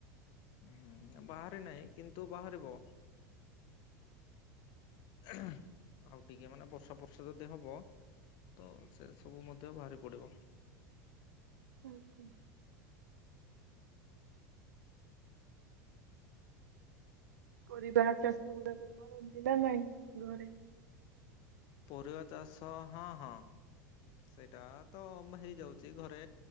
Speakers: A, on the left (about 50°); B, on the right (about 70°).
A: ହୁଁ ବାହାରି ନାହିଁ କିନ୍ତୁ ବାହାରିବ। ଆଉ ଟିକେ ମାନେ ବର୍ଷା ପର୍ଷା ଯଦି ହବ। ତ ସେ ସବୁ ମଧ୍ୟ ବାହାରି ପଡ଼ିବ।
B: ଆଜ୍ଞା। ପରିବା ଚାଷ ଗୁଡାକ କରନ୍ତି ନା ନାଇଁ ଘରେ।
A: ପରିବା ଚାଷ ହଁ ହଁ ସେଇଟା ତ ମ ହେଇଯାଉଛି ଘରେ।